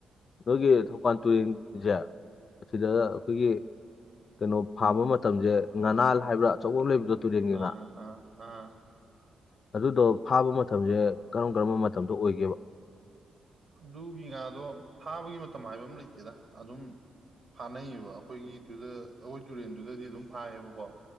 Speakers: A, on the left; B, on the right.
A: ꯅꯣꯏꯒꯤ ꯊꯧꯕꯥꯟ ꯇꯨꯔꯦꯟꯁꯦ ꯑꯁꯤꯗ ꯑꯩꯈꯣꯏꯒꯤ ꯀꯩꯅꯣ ꯐꯥꯝꯕ ꯃꯇꯝꯁꯦ ꯉꯅꯥꯜ ꯍꯥꯏꯕ꯭ꯔꯥ ꯑꯆꯧꯕ ꯑꯃ ꯂꯩꯕꯗꯣ ꯇꯨꯔꯦꯟꯒꯤ
B: ꯑꯥ
A: ꯉꯥ
B: ꯑ ꯑꯥ꯫
A: ꯑꯗꯨꯗꯣ ꯐꯥꯕ ꯃꯇꯝꯁꯦ ꯀꯔꯝ ꯀꯔꯝꯕ ꯃꯇꯝꯗ ꯑꯣꯏꯒꯦꯕ꯫
B: ꯑꯗꯨꯒꯤ ꯉꯥꯗꯣ ꯐꯥꯕꯒꯤ ꯃꯇꯝ ꯍꯥꯏꯕ ꯑꯃ ꯂꯩꯇꯦꯗ ꯑꯗꯨꯝ ꯐꯥꯅꯩꯕ ꯑꯩꯈꯣꯏꯒꯤꯗꯨꯗ ꯑꯩꯈꯣꯏ ꯇꯨꯔꯦꯟꯗꯨꯗꯗꯤ ꯑꯗꯨꯝ ꯐꯥꯏꯌꯦꯕꯀꯣ꯫